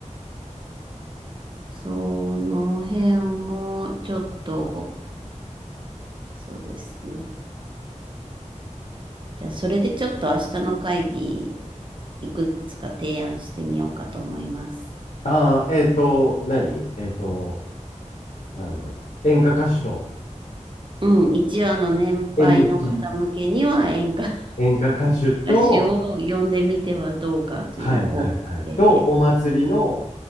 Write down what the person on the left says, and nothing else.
ああ、えっと、何えっと、なんだろう。演歌歌手と、
縁日、演歌歌手と、
はいはいはい。と、お祭りの